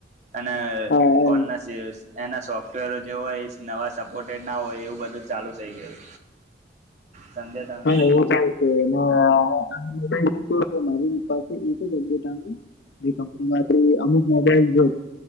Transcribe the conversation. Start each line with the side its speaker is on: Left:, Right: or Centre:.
Right: અને
Left: હા
Right: ફોન ના સ એના સોફ તારા જેવો વોઇસ. નવા સપોર્ટેડ ના હોય એવું બધું ચાલુ થઈ ગયું. સમજે તમે
Left: હા એવું જાય છે એ આબાઈલ કે મારી પાસે એક જ એબજેટ આવ જે કંપનીમાંથી અમુક મોબલ આવે